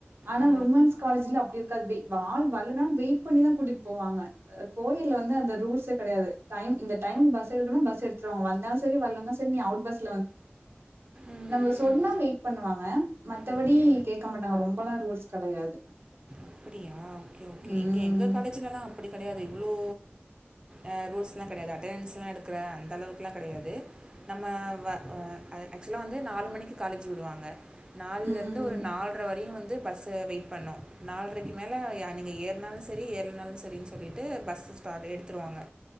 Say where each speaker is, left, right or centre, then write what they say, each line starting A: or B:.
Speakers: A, on the right (about 65°); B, on the right (about 20°).
A: ஆனா
B: ஓ
A: விமன்ஸ் காலேஜ்ல அப்டி இருக்காது வெ ஆள் வர்லனா வெயிட் பண்ணிதா கூட்டிட் போவாங்க அ கோயெட்ல வந்து அந்த ரூல்ஸே கடயாது டைம் இந்த டைம்க்கு பஸ் எடுக்கணு பஸ் எடுத்துருவாங்க வந்தாலு செரி வர்லனா செரி நீ அவுட் பஸ்
B: ம்
A: நம்ம
B: ம்
A: சொன்னா வெயிட் பண்ணுவாங்க மத்தபடி
B: ஓகே
A: கேக்க மாட்டாங்க ரொம்பலா ரூல்ஸ் கடையாது
B: அப்பிடியா ஓக்கே ஓக்கே
A: ம்
B: இங்க எங்க காலேஜ்லலா அப்டி கெடையாது இவ்ளோ அ ரூஸ்லா கெடையாது அட்டெனன்ஸ்லா எடுக்ற அந்தளவுக்குலா கடையாது நம்ம வ வ அ ஆக்சுவலா வந்து நாலு மணிக்கு காலேஜ் விடுவாங்க நாலுலர்ந்து
A: ம்
B: ஒரு நால்ரை வரையு வந்து பஸ்ஸு வெயிட் பண்ணு நால்ரைக்கு மேல யா நீங்க ஏறுனாலு செரி ஏறிலனாலு செரின் சொல்லிட்டு பஸ்ஸு ஸ்டாட் எடுத்துருவாங்க